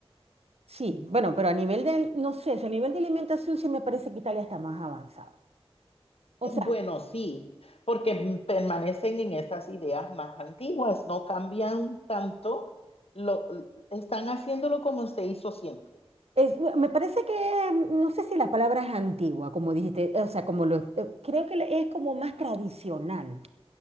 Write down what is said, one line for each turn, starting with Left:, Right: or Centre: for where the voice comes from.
Right: Sí, bueno, pero a nivel de, no sé, si a nivel de alimentación sí me parece que Italia está más avanzado. O
Left: Eh,
Right: sea,
Left: Bueno, sí, porque permanecen en esas ideas más antiguas, no cambian tanto, lo, están haciéndolo como se hizo siempre.
Right: es- me parece que, mm, no sé si la palabra es antigua, como dijiste, o sea, como lo, eh, creo que le- es como más tradicional.